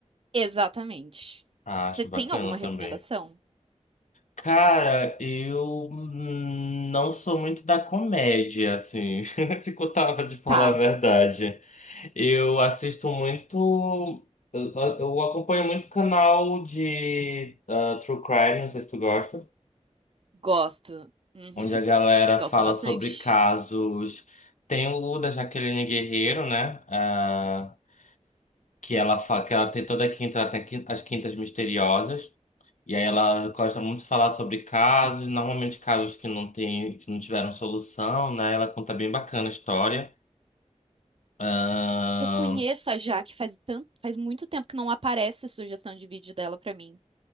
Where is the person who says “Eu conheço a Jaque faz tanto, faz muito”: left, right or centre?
Right